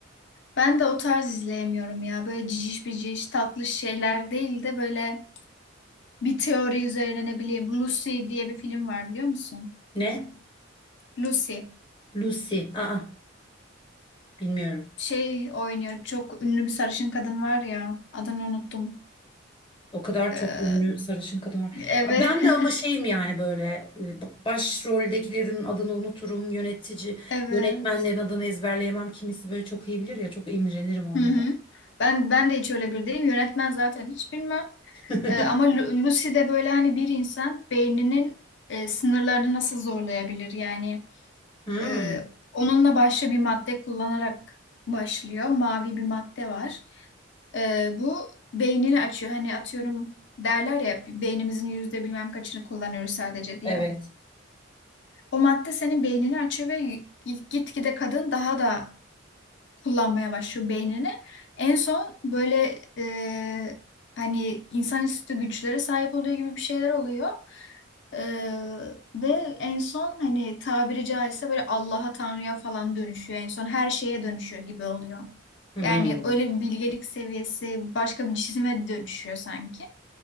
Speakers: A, on the left; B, on the left.
A: Ben de o tarz izleyemiyorum ya. Böyle ciciş biciş tatlı şeyler değil de böyle bir teori üzerine ne bileyim Lucy diye bir film var biliyor musun?
B: Ne?
A: Lucy.
B: Lucy. Aa, bilmiyorum.
A: Şey oynuyor. Çok ünlü bir sarışın kadın var ya. Adını unuttum.
B: O kadar
A: Ee,
B: çok ünlü sarışın kadın var.
A: evet.
B: Ben de ama
A: <laughs>
B: şeyim yani böyle e, ba- başroldekilerin adını unuturum. Yönetici,
A: Evet.
B: yönetmenlerin adını ezberleyemem. Kimisi böyle çok iyi bilir ya çok imrenirim onlara.
A: Hı hı. Ben ben de hiç öyle bir değilim. Yönetmen zaten hiç bilmem.
B: <laughs>
A: Ee, ama Lu- Lucy de böyle hani bir insan beyninin e, sınırlarını nasıl zorlayabilir yani
B: Hmm,
A: Ee, onunla başka bir madde kullanarak başlıyor. Mavi bir madde var. Ee, bu beynini açıyor. Hani atıyorum derler ya beynimizin yüzde bilmem kaçını kullanıyoruz sadece diye.
B: evet.
A: O madde senin beynini açıyor ve gi- gitgide kadın daha da kullanmaya başlıyor beynini. En son böyle e, hani insanüstü güçlere sahip oluyor gibi bir şeyler oluyor. Ee, ve en son hani tabiri caizse böyle Allah'a Tanrı'ya falan dönüşüyor. En son her şeye dönüşüyor gibi oluyor.
B: Hmm.
A: Yani öyle bir bilgelik seviyesi başka bir cisime dönüşüyor sanki.